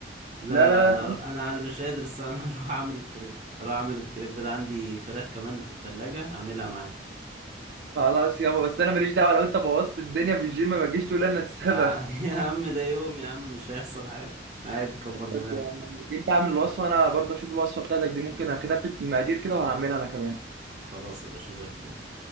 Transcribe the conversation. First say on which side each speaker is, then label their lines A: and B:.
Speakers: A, on the right; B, on the right.
A: لا
B: لا لا
A: لا أنا هرو-
B: لا
A: أنا أنا مش قادر الصراحة أنا <laughs> هروح أعمل الكريب هروح أعمل الكريب ده عندي فراخ كمان في التلاجة أعملها معاه
B: خلاص يابا بس انا ماليش دعوه لو انت بوظت الدنيا في الجيم ما تجيش تقول انا السبب
A: يا ع- <laughs> يا عم ده يوم يا عم مش هيحصل حاجة عادي كبر
B: خلاص
A: دماغك
B: يا عم انت اعمل الوصفه انا برضه اشوف الوصفه بتاعتك دي ممكن كتبت مقادير كده وهعملها انا كمان
A: خلاص يا باشا زي الفل